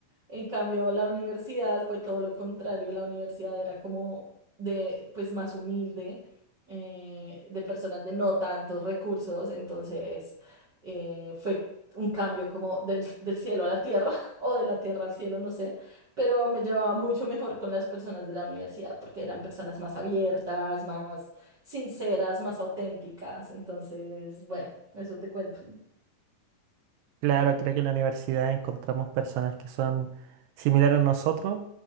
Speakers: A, on the right (about 55°); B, on the right (about 80°).
A: En cambio, la universidad fue todo lo contrario. La universidad era como de, pues, más humilde, eh, de personas de no tantos recursos. Entonces, eh, fue un cambio como del, del cielo a la tierra <laughs> o de la tierra al cielo, no sé. Pero me llevaba mucho mejor con las personas de la universidad porque eran personas más abiertas, más sinceras, más auténticas. Entonces, bueno, eso te cuento.
B: claro, creo que en la universidad encontramos personas que son similares a nosotros,